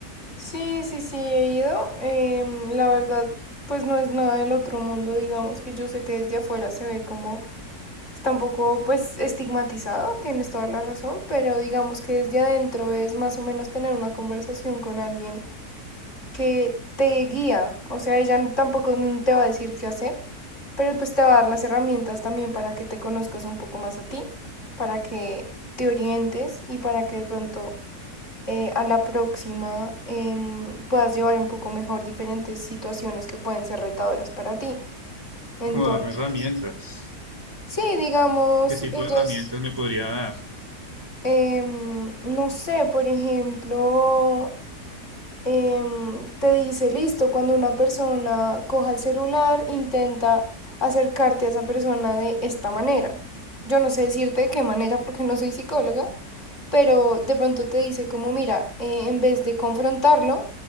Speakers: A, on the left (about 45°); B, on the right (about 15°).
A: Sí, sí, sí, he ido. em, la verdad, pues no es nada del otro mundo, digamos que yo sé que desde afuera se ve como está un poco, pues, estigmatizado, tienes toda la razón, pero digamos que desde adentro es más o menos tener una conversación con alguien que te guía, o sea, ella n- tampoco n- te va a decir qué hacer, pero pues te va a dar las herramientas también para que te conozcas un poco más a ti, para que te orientes y para que de pronto eh, a la próxima em, puedas llevar un poco mejor diferentes situaciones que pueden ser retadoras para ti. Entonces,
B: como darme herramientas.
A: sí, digamos,
B: ¿Qué tipo
A: ellas,
B: de herramientas me podría dar?
A: em, no sé, por ejemplo, em, te dice, listo, cuando una persona coja el celular, intenta acercarte a esa persona de esta manera. Yo no sé decirte de qué manera porque no soy psicóloga, pero de pronto te dice como, mira, eh, en vez de confrontarlo,